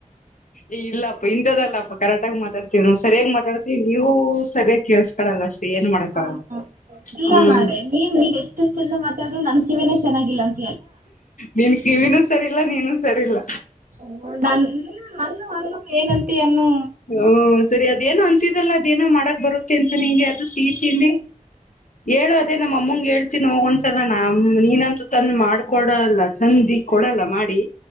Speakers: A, on the left; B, on the right.
A: ಏ ಇಲ್ಲಪ್ಪ ಇಂಥದಲ್ಲಪ್ಪ ಕರೆಕ್ಟ್ ಆಗಿ ಮಾತಾಡ್ತೀವಿ ನಾವು ಸರಿಯಾಗಿ ಮಾತಾಡ್ತಿವಿ ನೀವು ಸರಿಯಾಗಿ ಕೆಲ್ಸ್ಕೋಲಲ್ಲ ಅಷ್ಟೇ ಏನ್ ಮಾಡಕ್ಕಾಗಲ್ಲ
B: ಹ ಇಲ್ಲ
A: ಹ್ಮ್
B: ಮಾರೆ ನೀನ್ ನೀನ್ ಎಷ್ಟುಷ್ಟ ಚಂದ ಮಾತಾಡುದ್ರು ನಮ್ ಕಿವೇನೇ ಚೆನ್ನಾಗಿಲ್ಲಂತ
A: ನಿನ್ ಕಿವಿನ ಸರಿ ಇಲ್ಲ ನೀನು ಸರಿಲ್ಲ
B: ಓ ನೀವು ನನ್ನು ಅನ್ನು ಏನು ಉಂಟಿ ಅನ್ನು
A: ಹ ಸರಿ ಅದೇನೋ ಅಂತಿದಲ್ಲ ಅದೇನೋ ಮಾಡಕ್ ಬರುತ್ತೆ ಅಂತ ನಿಂಗೆ ಅದು ಸಿಹಿತಿನ್ನಿ ಹೇಳುವ ಅದೇ ನಮ್ಮಮ್ಮಂಗೆ ಹೇಳ್ ಹೋಗ ಒಂದ್ಸಲ ನಮ ನೀನಂತೂ ತಂದ ಮಾಡ್ಕೊಡಲ್ಲ ತಂದ ಕೊಡಲ್ಲ ಮಾಡಿ